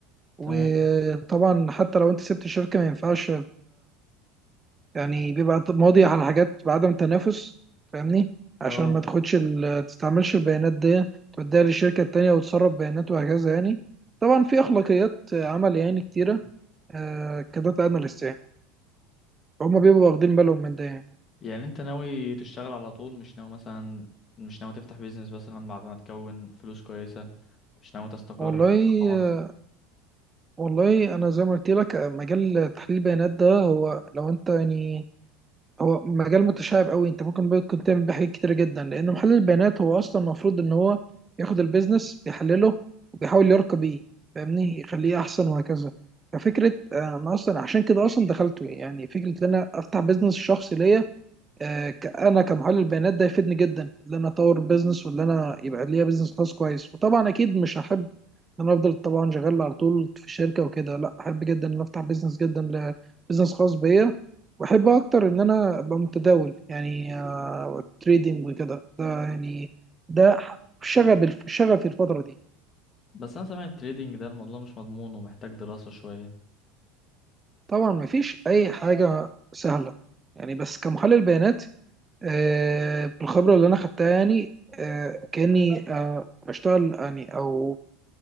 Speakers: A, on the right; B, on the left.
A: وطبعا
B: تمام
A: حتى لو أنت سبت الشركة ما ينفعش يعني بيبقى ماضي على حاجات بعدم تنافس فاهمني عشان
B: اه
A: ما تاخدش ال- تستعملش البيانات دي توديها للشركة التانية وتسرب بيانات وهكذا يعني طبعا في أخلاقيات عمل يعني كتيرة آه، كداتا أناليست يعني هما بيبقوا واخدين بالهم من ده يعني
B: يعني انت ناوي تشتغل على طول مش ناوي مثلا مش ناوي تفتح بيزنس مثلا بعد ما تكون فلوس كويسة مش ناوي تستقر
A: والله
B: مثلا في مصر
A: آه، والله أنا زي ما قلت لك آه، مجال تحليل البيانات ده هو لو أنت يعني هو مجال متشعب قوي انت ممكن ممكن تعمل بيه حاجات كتيره جدا لان محلل البيانات هو اصلا المفروض ان هو ياخد البيزنس بيحلله وبيحاول يرقى بيه فاهمني يخليه احسن وهكذا ففكره آه، انا اصلا عشان كده اصلا دخلته يعني فكره ان انا افتح بيزنس شخصي ليا آه، ك- انا كمحلل بيانات ده يفيدني جدا ان انا اطور بيزنس وان انا يبقى ليا بيزنس خاص كويس وطبعا اكيد مش هحب ان انا افضل طبعا شغال على طول في شركه وكده لا احب جدا ان أنا افتح بيزنس جدا ل- بيزنس خاص بيا واحب اكتر ان انا ابقى متداول يعني تريدنج وكده ده يعني ده ح- شغف الف- شغفي الفتره دي
B: بس انا سامع التريدينج ده الموضوع مش مضمون ومحتاج دراسة شوية
A: طبعا مفيش اي حاجه سهله يعني بس كمحلل بيانات آه، بالخبرة اللي أنا خدتها يعني آه، كأني آه، أشتغل يعني أو